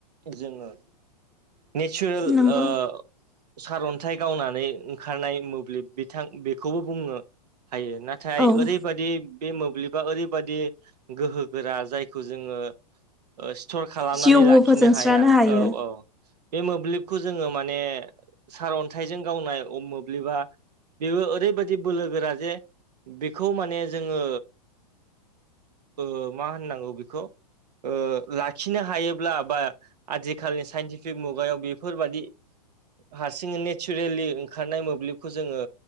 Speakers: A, on the right; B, in the centre.
A: जोङो नेचुरेल
B: नंगौ
A: ओ सारन्थाइ गावनानै ओंखारनाय मोब्लिब बिथां बेखौबो बुङो हायो ना। थाय
B: औ
A: ओरैबादि बे मोब्लिबा ओरैबादि गोहोगोरा जायखौ जोङो ओ स्टर खालामनानै
B: जिउबो
A: लाखिनो
B: फोजोंस्रानो
A: हाया
B: हायो
A: औ औ। बे मोब्लिबखौ जोङो माने सारअन्थाइजों गावनाय अ मोब्लिबा बेबो ओरैबादि बोलो गोरा जे बेखौ माने जोङो ओ मा होननांगौ बेखौ ओ लाखिनो हायोब्ला बा आथिखालनि साइनटि <unintelligible> मुगायाव बेफोर बादि हारसिङै नेचारेलि ओंखारनाय मोब्लिबखौ जोङो